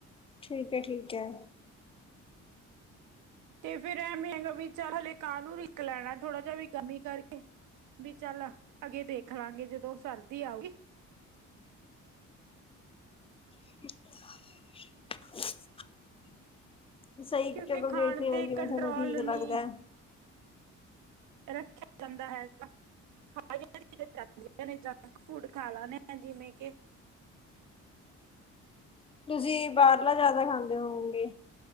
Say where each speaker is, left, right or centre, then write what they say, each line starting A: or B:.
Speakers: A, on the left (about 20°); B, on the right (about 80°).
A: ਠੀਕ ਐ-ਠੀਕ ਐ।
B: ਤੇ ਫੇਰ ਐ ਮੇਂਨੂ ਵੀ ਚਲ ਹਲੇ ਕਾਹ ਨੂੰ ਰਿਕ ਲੈਣਾ, ਥੋੜਾ ਜਿਹਾ ਵੀ ਗਮੀ ਕਰਕੇ। ਵੀ ਚਲ ਆਗੇ ਦੇਖ ਲਾਂਗੇ ਜਦੋਂ ਸਰਦੀ ਆਊਗੀ।
A: <unintelligible> ਸਹੀ,
B: ਕਿਉਂਕਿ
A: ਚਲੋ
B: ਖਾਣ
A: ਦੇਖ ਲਓ
B: ਤੇ
A: ਜਿਵੇਂ
B: ਕੰਟਰੋਲ
A: ਤੁਹਨੂੰ ਠੀਕ
B: ਨਹੀਂ
A: ਲੱਗਦਾ।
B: ਰੱਖਿਆ ਜਾਂਦਾ ਹੈਗਾ। ਚ <unintelligible> ਜਾਂਦੀਆਂ ਨੇ ਜੰਕ ਫੂਡ ਖਾ ਲ ਜਿਵੇਂ ਕਿ
A: ਤੁਸੀਂ ਬਾਹਰਲਾ ਜਿਆਦਾ ਖਾਂਦੇ ਹੋਓਗੇ।